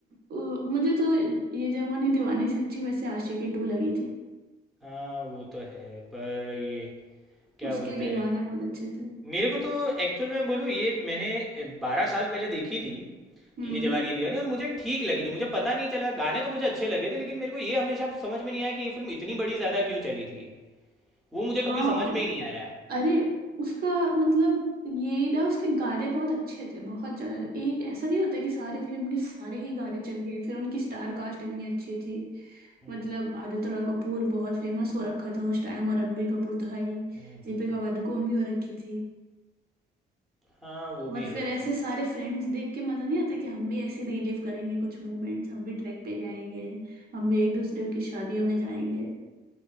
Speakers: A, on the right (about 50°); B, in the centre.
A: मुझे तो ये जवानी दीवानी से अच्छी वैसे आशिकी टू लगी थी
B: हाँ वो तो है पर ये क्या
A: उसके
B: बोलते
A: भी गाने
B: हैं
A: बहुत अच्छे थे
B: मेरे को तो एक्चुअल में बोलूँ ये मैंने बारह साल पहले देखी थी
A: हम्म
B: ये जवानी दीवानी और मुझे ठीक लगी थी मुझे पता नहीं चला गाने तो मुझे अच्छे लगे थे लेकिन मेरे को ये हमेशा समझ में नहीं आया कि ये फिल्म इतनी बड़ी ज़्यादा क्यों चली थी वो मुझे कभी
A: हाँ
B: समझ में ही नहीं आया
A: अरे उसका मतलब यही ना उसके गाने बहुत अच्छे थे बहुत ज्यादा एक ऐसा नहीं होता कि सारी फिल्म के सारे ही गाने चल गए फिर उनकी स्टार कास्ट इतनी अच्छी थी
B: हम्म
A: मतलब आदित्य रॉय कपूर बहुत फेमस हो रखा था उस टाइम और रणबीर कपूर तो है ही
B: हम्म
A: दीपिका
B: हम्म।
A: पादुकोण भी हो रखी थी
B: हाँ वो भी
A: और फिर
B: है
A: ऐसे सारे फ्रेंड्स देख के मजा नहीं आता कि हम भी ऐसे रिलीव करेंगे कुछ मोमेंट्स हम भी ट्रैक पे जाएंगे हम भी एक दूसरे की शादियों में जाएंगे